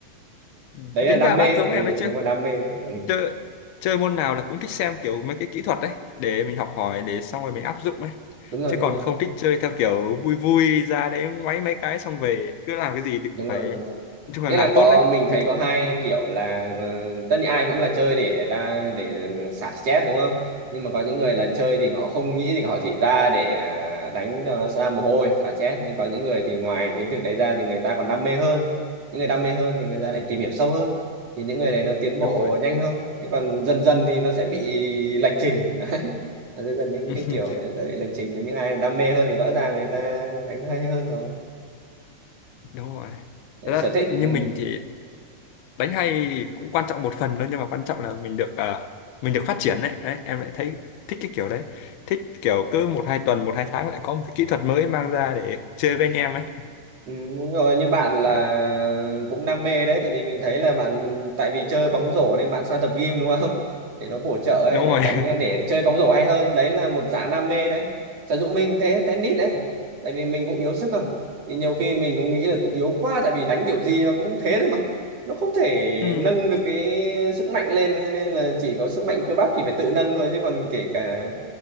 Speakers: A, on the left (about 90°); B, on the right (about 45°).
A: ừ.
B: đấy
A: thế
B: là
A: tính
B: đam
A: ra
B: mê
A: bác giống
B: ừ
A: em đấy chưa
B: nếu mà đam mê đó ừ.
A: chơi chơi môn nào là cũng thích xem kiểu mấy cái kỹ thuật đấy để mình học hỏi để xong rồi mình áp dụng ấy
B: đúng rồi
A: chứ
B: đúng
A: còn
B: rồi
A: không thích chơi theo kiểu vui vui ra đấy ngoáy mấy cái xong về cứ làm cái gì thì cũng
B: đúng
A: phải
B: rồi đúng rồi
A: nói chung là
B: nghĩa
A: làm
B: là có
A: tốt đấy
B: mình thấy
A: mới thích
B: có hai kiểu là ờ, tất nhiên ai cũng là chơi để đa để ờ, xả stress đúng không nhưng mà có những người là chơi thì họ không nghĩ thì họ chỉ ra để à, đánh cho nó ra mồ hôi xả stress nhưng có những người thì ngoài cái việc đấy ra thì người ta còn đam mê hơn những người đam mê hơn thì người ta lại tìm hiểu sâu hơn thì những người đấy nó tiến
A: đúng
B: bộ
A: rồi
B: nhanh hơn thế còn dần dần thì nó sẽ bị lệch trình <laughs> Đấy. dần dần những
A: <laughs>
B: cái kiểu sẽ bị lệch trình với những ai đam mê hơn thì rõ ràng người ta đánh hay hơn rồi
A: đúng rồi
B: Đấy,
A: Thật ra
B: sở thích
A: như
B: ừ.
A: mình thì đánh hay thì cũng quan trọng một phần thôi nhưng mà quan trọng là mình được à, mình được phát triển đấy. đấy em lại thấy thích cái kiểu đấy thích kiểu cứ một hai tuần một hai tháng lại có một cái kỹ thuật mới mang ra để chơi với anh em ấy
B: Ừ, đúng rồi như bạn là
A: à,
B: cũng đam mê đấy tại vì mình thấy là bạn tại vì chơi bóng rổ nên bạn sang tập gym đúng không <laughs> để nó bổ trợ
A: đúng
B: ấy để
A: rồi
B: đánh
A: <laughs>
B: để chơi bóng rổ hay hơn đấy là một dạng đam mê đấy Trà Dũng mình thế tennis đấy tại vì mình cũng yếu sức không thì nhiều khi mình cũng nghĩ là yếu quá tại vì đánh kiểu gì nó cũng thế thôi mà nó không thể
A: Ừ.
B: nâng được cái sức mạnh lên cho nên là chỉ có sức mạnh cơ bắp thì phải tự nâng thôi chứ còn kể cả